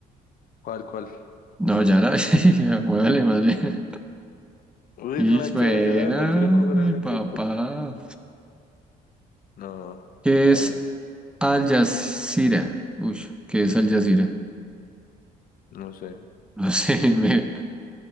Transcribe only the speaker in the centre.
No, ya la... <laughs> ya, Muévale más bien.
Y
bueno,
mi
papá.
¿Qué
es Al Jazeera? Uy, ¿qué es Al Jazeera?
No sé, <laughs> me...